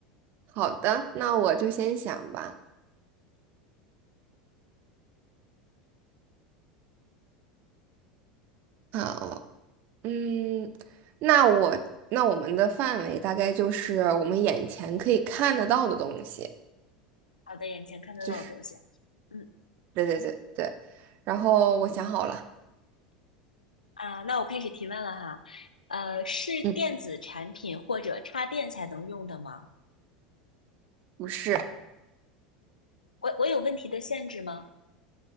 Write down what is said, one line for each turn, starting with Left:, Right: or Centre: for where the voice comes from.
Right: 好的，那我就先想吧。好，嗯，那我那我们的范围大概就是我们眼前可以看得到的东西，
Left: 好的，眼前看得到的东西。
Right: 就是
Left: 嗯
Right: 对对对对。然后我想好了，
Left: 啊，那我开始提问了哈。呃，是电子产品或者插电才能用的吗？
Right: 嗯，不是，
Left: 我我有问题的限制吗？